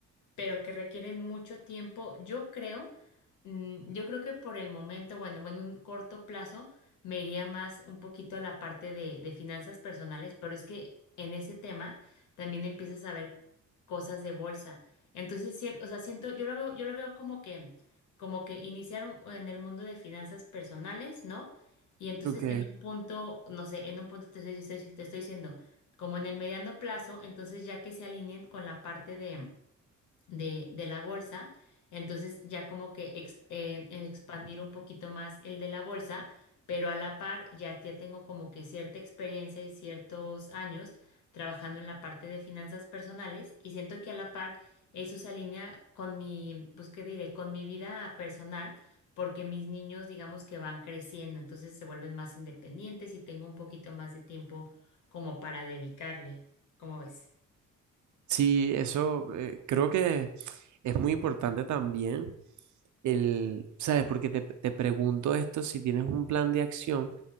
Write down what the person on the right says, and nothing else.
okay
Sí, eso eh, creo que es muy importante también el, ¿sabes? Porque te, te pregunto esto si tienes un plan de acción,